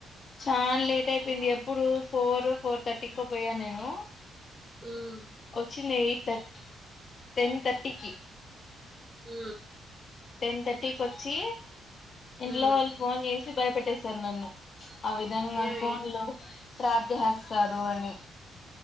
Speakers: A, on the left; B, on the right.
A: చాలా లేట్ అయిపోయింది ఎప్పుడు ఫోర్ ఫోర్ థర్టీకి పోయా నేను
B: మ్మ్
A: వచ్చింది ఎయిట్థ టెన్ థర్టీకి
B: అ
A: టెన్ థర్టీకి వచ్చి ఇంట్లో
B: మ్మ్
A: వాళ్ళు ఫోన్ చేసి భయపెట్టేస్తారు నన్ను ఆ విధంగా
B: ఏమి
A: ఫోన్ లో ప్రాప్తి చేస్తారు అని